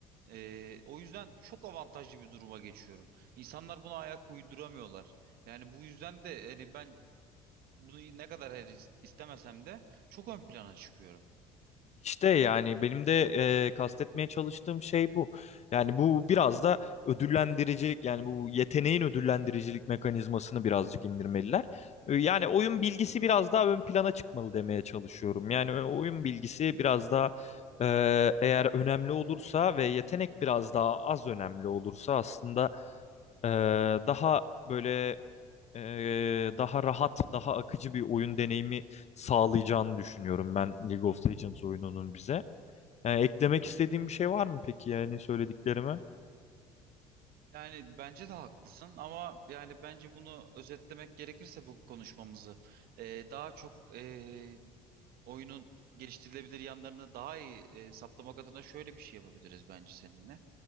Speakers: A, on the right; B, on the left.
A: E, o yüzden çok avantajlı bir duruma geçiyorum. İnsanlar buna ayak uyduramıyorlar. Yani bu yüzden de hani ben bunu ne kadar her is- istemesem de çok ön plana çıkıyorum.
B: İşte yani benim de e, kastetmeye çalıştığım şey bu. Yani bu biraz da ödüllendiricilik yani bu yeteneğin ödüllendiricilik mekanizmasını birazcık indirmeliler. E, yani oyun bilgisi biraz daha ön plana çıkmalı demeye çalışıyorum. Yani o- oyun bilgisi biraz daha e, eğer önemli olursa ve yetenek biraz daha az önemli olursa aslında e, daha böyle e, daha rahat, daha akıcı bir oyun deneyimi sağlayacağını düşünüyorum ben League of Legends oyununun bize. Yani eklemek istediğim bir şey var mı peki yani söylediklerime?
A: Yani bence de haklısın ama yani bence bunu özetlemek gerekirse bu konuşmamızı e, daha çok e, oyunun geliştirilebilir yanlarını daha iyi e, saptamak adına şöyle bir şey yapabiliriz bence seninle.